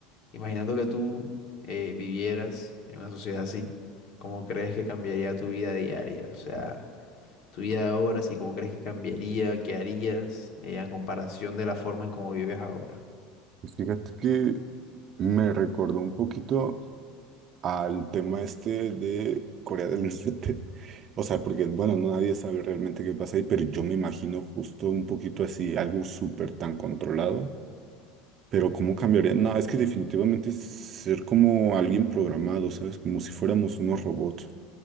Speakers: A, on the left (about 55°); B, on the right (about 40°).
A: Imaginando que tú eh, vivieras en una sociedad así, ¿cómo crees que cambiaría tu vida diaria? O sea, tu vida ahora, sí, ¿cómo crees que cambiaría? ¿Qué harías eh, en comparación de la forma en cómo vives ahora?
B: Pues fíjate que me recordó un poquito al tema este de Corea del Norte. <laughs> O sea, porque, bueno, no, nadie sabe realmente qué pasa ahí, pero yo me imagino justo un poquito así, algo súper tan controlado. Pero ¿cómo cambiaría? No, es que definitivamente es ser como alguien programado, ¿sabes? Como si fuéramos unos robots.